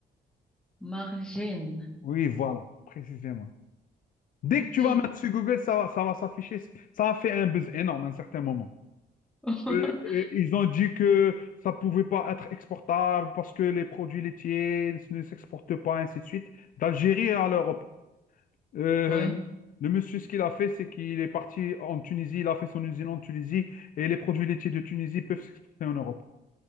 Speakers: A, in the centre; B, on the left.
A: Margène.
B: Oui, voilà, précisément. Dès
A: Ok.
B: que tu vas mettre sur Google, ça va, ça va s'afficher. Ça a fait un buzz énorme à un certain moment.
A: <laughs>
B: Euh, euh, ils ont dit que ça pouvait pas être exportable parce que les produits laitiers ne s'exportent pas, ainsi de suite, d'Algérie à l'Europe. Euh,
A: Ouais.
B: le monsieur, ce qu'il a fait, c'est qu'il est parti en Tunisie, il a fait son usine en Tunisie et les produits laitiers de Tunisie peuvent s'exporter en Europe.